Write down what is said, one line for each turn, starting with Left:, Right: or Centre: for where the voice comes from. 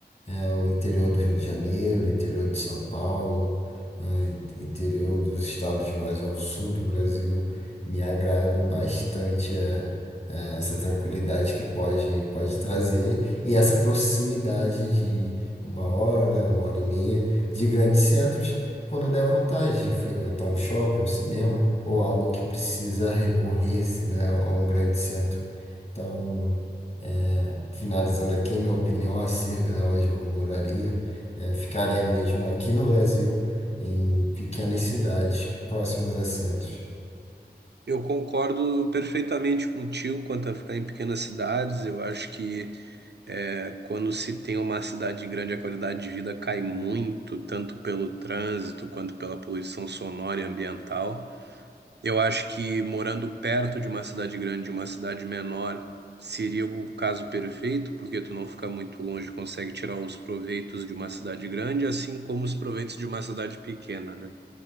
Left: É, o interior do Rio de Janeiro, o interior de São Paulo, né, in- interior dos estados mais ao sul do Brasil me agradam bastante. é, essa tranquilidade que pode, pode trazer e essa proximidade de uma hora, uma hora e meia de grandes centros, quando der vontade de frequentar um shopping, um cinema ou algo que precisa recorrer-se, né, a um grande centro. Então, é, finalizando aqui, minha opinião acerca de onde eu moraria, é, ficaria mesmo aqui no Brasil, em pequenas cidades próximas a centros.
Right: Eu concordo perfeitamente contigo quanto a ficar em pequenas cidades. Eu acho que é, quando se tem uma cidade grande, a qualidade de vida cai muito, tanto pelo trânsito quanto pela poluição sonora e ambiental. Eu acho que morando perto de uma cidade grande e uma cidade menor seria o caso perfeito, porque tu não fica muito longe, consegue tirar os proveitos de uma cidade grande, assim como os proveitos de uma cidade pequena, né?